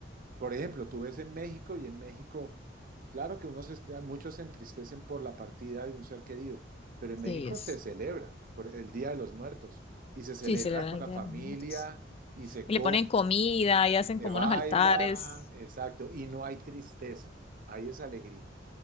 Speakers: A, on the right; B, on the left.
A: por ejemplo, tú ves en México y en México, claro que unos est- muchos se entristecen por la partida de un ser querido, pero en
B: sí,
A: México
B: es,
A: se celebra por el Día de los Muertos y se celebra
B: sí, se le da
A: con
B: el
A: la
B: día
A: familia
B: de los muertos.
A: y se
B: Y
A: come,
B: le ponen comida y hacen
A: se
B: como
A: baila,
B: unos altares.
A: exacto, y no hay tristeza, hay esa alegría.